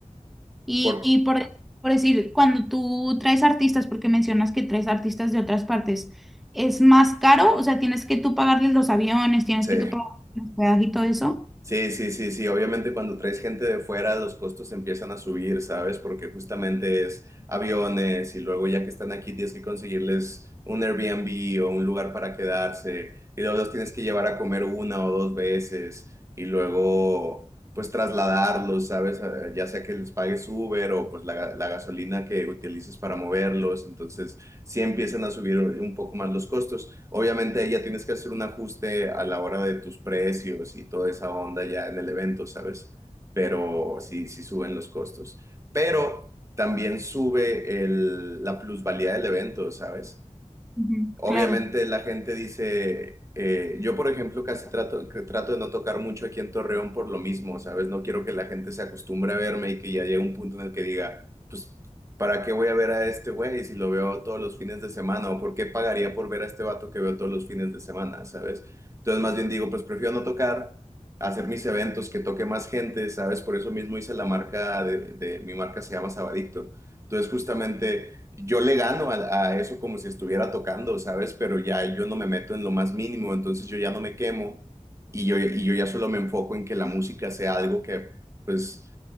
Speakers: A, in the centre; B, on the right.
A: Y,
B: Por,
A: y por, por decir, cuando tú traes artistas, porque mencionas que traes artistas de otras partes, ¿es más caro? O sea, tienes que tú pagarles los aviones, tienes
B: sí.
A: que tú pagar los hospedaje y todo eso.
B: Sí, sí, sí, sí. Obviamente cuando traes gente de fuera, los costos empiezan a subir, ¿sabes? Porque justamente es aviones y luego ya que están aquí tienes que conseguirles un Airbnb o un lugar para quedarse y luego los tienes que llevar a comer una o dos veces y luego pues trasladarlos, ¿sabes? Eh, Ya sea que les pagues Uber o pues la, ga- la gasolina que utilices para moverlos. Entonces sí empiezan a subir un poco más los costos. Obviamente ahí ya tienes que hacer un ajuste a la hora de tus precios y toda esa onda ya en el evento, ¿sabes? Pero sí, sí suben los costos. Pero también sube el- la plusvalía del evento, ¿sabes?
A: Ujú,
B: Obviamente
A: Claro.
B: la gente dice, eh, yo por ejemplo casi trato, que trato de no tocar mucho aquí en Torreón por lo mismo, ¿sabes? No quiero que la gente se acostumbre a verme y que ya llegue un punto en el que diga, pues, ¿para qué voy a ver a este güey si lo veo todos los fines de semana? ¿O por qué pagaría por ver a este vato que veo todos los fines de semana, ¿sabes? Entonces más bien digo, pues prefiero no tocar, hacer mis eventos, que toque más gente, ¿sabes? Por eso mismo hice la marca de, de mi marca se llama Sabadicto entonces, justamente yo le gano a, a eso como si estuviera tocando, ¿sabes? Pero ya yo no me meto en lo más mínimo, entonces yo ya no me quemo y yo, y yo ya solo me enfoco en que la música sea algo que, pues,